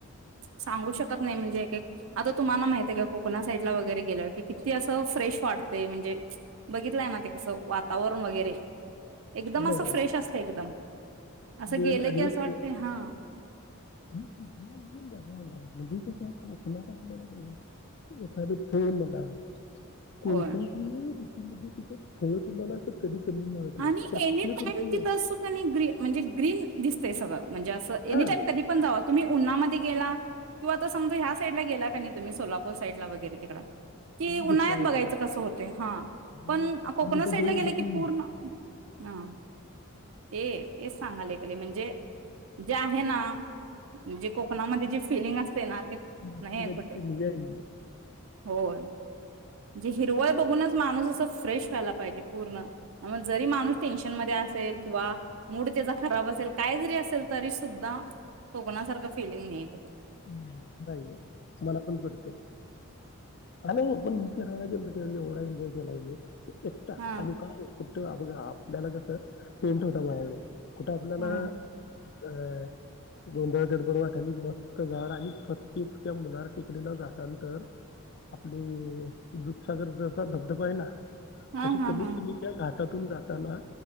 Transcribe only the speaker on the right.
सांगू शकत नाही म्हणजे एक एक आता तुम्हाला माहित आहे का कोकण साईडला वगैरे गेल्यावर क किती असं फ्रेश वाटतय म्हणजे बघितलंय ना ते कसं वातावरण र एकदम
अस फ्रेश असतय एकदम असं
गेलं
की असं वाटते
हां
होय
आणि
एनी टाइम
तिथं अस कणी ग म्हणजे ग्रीन दि ते सगळ. म्हणजे असं एनीटाइम
कधी पण जावा तुम्ही उन्हामध्ये गेला किंवा आता समजा ह्या साईडला गेला कनी तुम्ही सोलापूर साईड ला वगैरे तिकडं की उन्हाळ्यात
बघायच कस होतय हा
पण
कोकन
साईड
ला
गेल की
पूर्ण हां. ए तेच सांगाले गले म्हणजे जे आहे ना जे कोकणामध्ये जे फिलिंग असतय ना ते
नाहीये कुठे,
होय जे हिरवय बघूनच माणूस असं फ्रेश व्हायला पाहिजे पूर्ण म जरी माणूस टेन्शन मध्ये असेल किंवा मूड त्याचा खराब असेल, काय जरी असेल तरी सुद्धा कोकणासारखं फिलिंग नाही कुठं.
हा
हा
हा
हा
हा